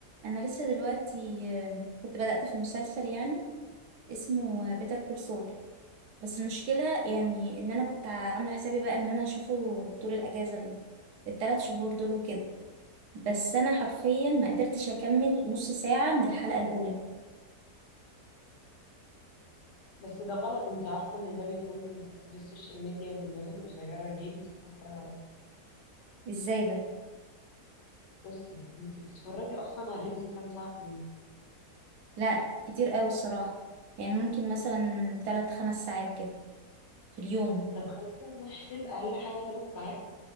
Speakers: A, on the right; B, on the left.
A: انا لسه دلوقتي آه، كنت بدأت في مسلسل يعني اسمه بيتر كول سول بس المشكلة يعني ان انا كنت عاملة حسابي بقى ان انا اشوفه طول الاجازة ال- التلات شهور دول وكده بس انا حرفيا ما قدرتش اكمل نص ساعة من الحلقة الاولى
B: بس ده غلط انت عارفة ان ده بيكون من تأثير السوشيال ميديا والفيديوهات القصيرة الريلز اللي بنتفرج عليها
A: ازاي ده
B: بصي انت بتتفرجي اصلا على الريلز كام ساعة في اليوم
A: لا كتير قوي الصراحة يعني ممكن مثلا تلات خمس ساعات كده في اليوم
B: طب خلينا نحسب اقل حاجة ثلاث ساعات